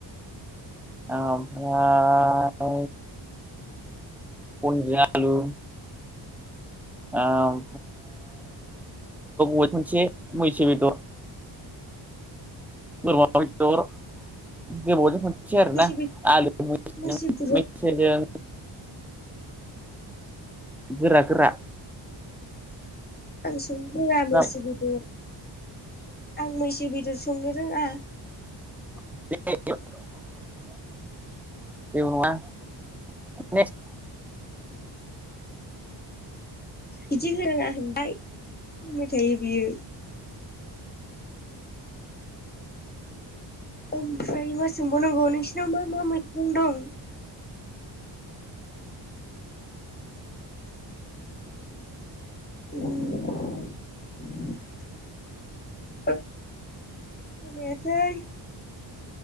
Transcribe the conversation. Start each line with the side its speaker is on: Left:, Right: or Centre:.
Centre: ओमफ्राय <inaudible> आलु ओम ओ <inaudible> मैसो बेदर <unintelligible> दर गोबावजों ख'नसे आरो
Left: मैसो
Centre: ना आलु <inaudible>
Left: मैसो बेदर
Centre: मैसोजों गोरा गोरा
Left: आं संरोंआ मैसो
Centre: जेबो
Left: बेदर आं मैसो बेदर संनो रोङा
Centre: <unintelligible> जेबो नङा <inaudible>
Left: बिदि होनो नाङा होनबाय होनबाय थायो बियो ओमफ्राय मा सोंबाव नांगौ नोंसिनाव मा मा मैगं दं? <unintelligible> <inaudible> खोनायासै?